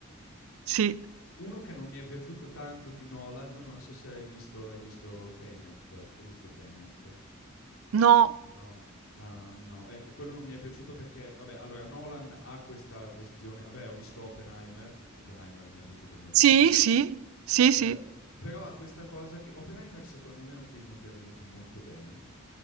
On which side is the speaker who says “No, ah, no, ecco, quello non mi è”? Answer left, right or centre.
Left